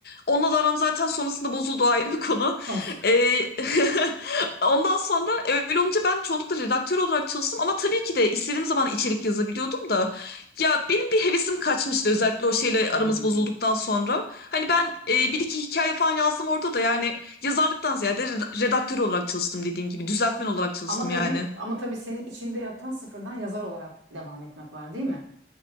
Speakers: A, on the left; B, on the right.
A: Onunla da aram zaten sonrasında bozuldu ayrı bir konu.
B: Of.
A: Ee, <laughs> ondan sonra öyle olunca ben çoğunlukla redaktör olarak çalıştım ama tabii ki de istediğim zaman içerik yazabiliyordum da ya benim bir hevesim kaçmıştı özellikle o şeyle
B: Hmm.
A: aramız bozulduktan sonra. Hani ben e, bir iki hikaye falan yazdım orada da yani yazarlıktan ziyade red- redaktör olarak çalıştım dediğim gibi düzeltmen olarak çalıştım
B: Ama tabii
A: yani.
B: ama tabii senin içinde yatan sıfırdan yazar olarak devam etmek var, değil mi?